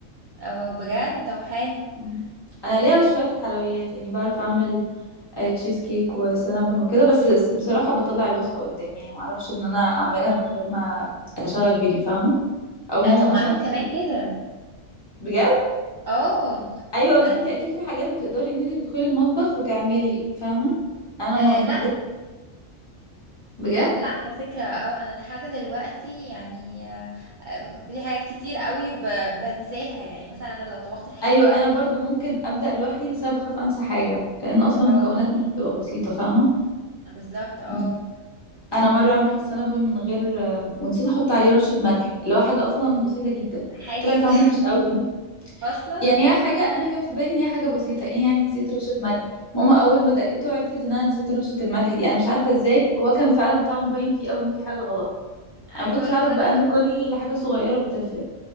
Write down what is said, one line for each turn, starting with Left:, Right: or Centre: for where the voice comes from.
Right: اه بجد طب حلو
Left: مم. انا
Right: إيه
Left: ليا شويه في الحلويات يعني بعرف اعمل آه، تشيز كيك وسينابون وكده بس بصراحه بطلع الوصفه قدامي يعني ما اعرفش ان انا اعملها من غير ما اشغل فيديو فاهمه او ماما
Right: آه، طب ما
Left: مثلا
Right: انا
Left: تكون-
Right: كمان كده
Left: بجد
Right: اه
Left: ايوه
Right: يعني
Left: بس انت اكيد في حاجات بتقدري ان انت تدخلي المطبخ وتعملي فاهمه انا
Right: آه
Left: ما
Right: لا
Left: لسه بجد
Right: لا على فكرة اه انا لحد دلوقتي يعني آه، آم، في حاجات كتير قوي ب- بنساها يعني مثلا انا لو طبخت الحاجة
Left: ايوه انا برضو ممكن ابدا لوحدي بس انا بخاف انسى حاجه لان اصلا
Right: اه
Left: المكونات مش بتبقى بسيطه فاهمه
Right: بالظبط اه
Left: بس انا مره عملت سنابون من غير ونسيت احط عليه رشه ملح اللي هو حاجه اصلا بسيطه جدا
Right: حاجة
Left: طلع طعمه
Right: <laughs> بجد
Left: وحش قوي
Right: اصلا
Left: يعني هي حاجه انا كان في بالي ان هي حاجه بسيطه ايه يعني نسيت رشه ملح ماما اول ما دقته عرفت ان انا نسيت رشه الملح دي انا مش عارفه ازاي وهو كان فعلا طعمه باين فيه قوي ان في حاجه غلط
Right: عايزه
Left: انا ما كنتش
Right: اقول لك
Left: اعرف
Right: ان انا
Left: بقى ان كل حاجه صغيره بتفرق